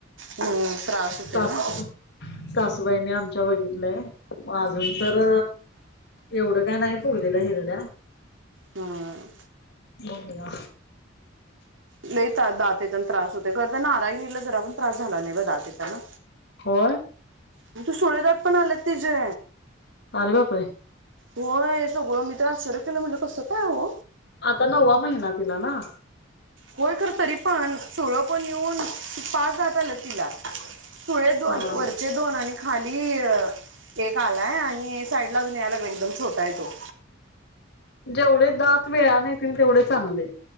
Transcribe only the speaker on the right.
हम्म त्रास होतोय
ना
हम्म
नाहीेतात दातचा त्रास होते घरज नाराही न जरा पण त्रास झाला नाही ब दातचा ना
म्हण त सुळेदात पण आलेत ति जे
होो ग मित्र आ शरू केलो म्हट लको सकाय आहे हो
होय कर तरी पण सोळं पण येऊन पाच जात आलं तिला सुळे दोन
वरचे दोन आणि खाली एक आलाय आणि साईड लाून यालाग एकदम ोटा आहे तो